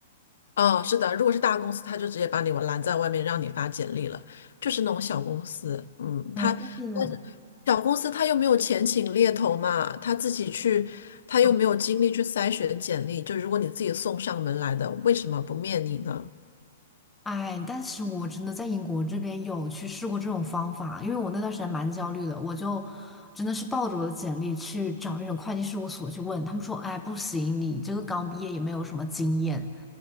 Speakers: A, on the left; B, in the centre.
A: 哦，是的，如果是大公司，他就直接把你拦在外面，让你发简历了。就是那种小公司，嗯，
B: 哎，
A: 他但是小公司他又没有钱请猎头嘛，
B: 但是，
A: 他自己去，他又没有精力去筛选简历。
B: 嗯，
A: 就如果你自己送上门来的，为什么不面你呢？
B: 哎，但是我真的在英国这边有去试过这种方法，因为我那段时间蛮焦虑的，我就真的是抱着我的简历去找那种会计事务所去问，他们说，哎，不行，你这个刚毕业也没有什么经验，